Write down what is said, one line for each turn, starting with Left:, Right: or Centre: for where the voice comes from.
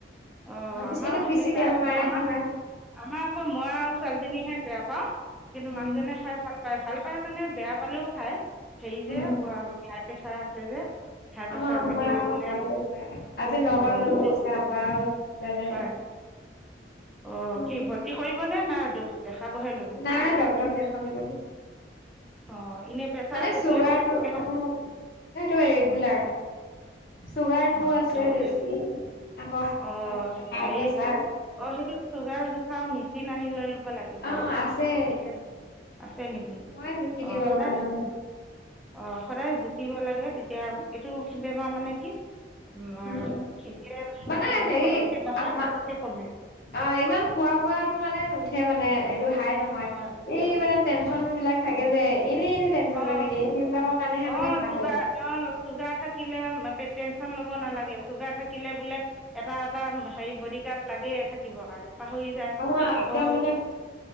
Centre: অ',
Left: পায় কিছুমানে
Centre: আমাৰো
Left: পিচি
Centre: সেনেকুৱা
Left: তেল মাৰে
Centre: আমাৰ,
Left: নহয়
Centre: আমাৰ আকৌ মই আৰু ছোৱালী জনীহে বেয়া পাওঁ, কিন্তু
Left: উম
Centre: মানুহজনে খাই ভাল পায় ভাল পায় মানে বেয়া পালেও খায়। সেই
Left: উম
Centre: যে উ হাই প্ৰেচাৰ আছে যে। হাই প্ৰেছাৰ
Left: আমাৰ আম্বা
Centre: থাকিলে বোলে
Left: ভাই গৈছে, আজি নগাঁও
Centre: অ
Left: লৈ
Centre: নহয়
Left: গৈছে আম্বা আৰু দাদাই।
Centre: হয় অ',
Left: উম
Centre: কি ভৰ্তি কৰিব নে নাখ দেখাবহে? ল'ব
Left: নাই ডক্টৰ দেখাব লাগিব।
Centre: অ এনেই প্ৰেছাৰ
Left: মানে
Centre: টেবলেট
Left: চুগাৰটো
Centre: খাই থাকে
Left: অ',
Centre: না
Left: মানে সেইটো ৰেগুলাৰ। চুগাৰ টো
Centre: অ
Left: আছে
Centre: এইটো
Left: বেছি, আকৌ
Centre: অ
Left: হাইপ্ৰেচাৰ।
Centre: হেৰি অ', সেইটো চুগাৰ জোখাৰ মেচিন আনি লৈ ল'ব লাগে
Left: অ
Centre: ঘৰতে,
Left: আছে
Centre: এতিয়া আছে নেকি?
Left: মই জুখি
Centre: অ',
Left: দিওঁ
Centre: সদায়
Left: মাজে মাজে
Centre: অ', সদায় জুখিব লাগে, তেতিয়া এইটো বেমাৰ কি? উ,
Left: উম
Centre: এতিয়া
Left: মানে
Centre: পটককে
Left: হেৰি
Centre: বাহে
Left: আমা
Centre: পটককে কমাই।
Left: অ ইমান খোৱা বোৱাটো কাৰণে নুঠে মানে এইটো হাই নহয়
Centre: হয়
Left: এই মানে টেনচন
Centre: হয়
Left: বিলাক। থাকে যে এনেই এনেই টেনশ্যন
Centre: অ
Left: লৈ থাকে এই সেইবিলাকৰ কাৰণেহে
Centre: অ
Left: মানে বাঢ়ে।
Centre: চুগাৰ অ চুগাৰ থাকিলে টেনচন লব নালাগে চুগাৰ থাকিলে বোলে। এটা এটা হেৰি বডি গাৰ্ড লাগে থাকিবৰ কাৰণে। পাহৰি যায়
Left: আমাৰ
Centre: আকৌ
Left: একদম মানে